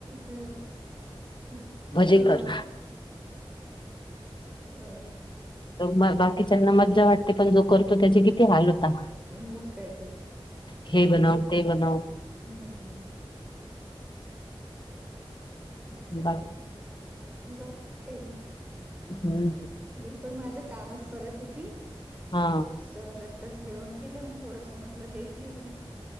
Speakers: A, on the right; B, on the left.
A: हा हा....
B: भजे कर
A: हो
B: मग बाकीच्यांना मज्जा वाटते, पण जो करतो त्याचे किती हाल होता‌.
A: हम्म मग काय तर.
B: हे बनव ते बनव.
A: हम्म हम्म मस्त आहे
B: बा
A: ते बाकी त काही नाही.
B: हम्
A: मी पण माझं कामच करत होती.
B: हा
A: आत्ता च जेवण केलं, थोडस म्हटलं लेटली होती.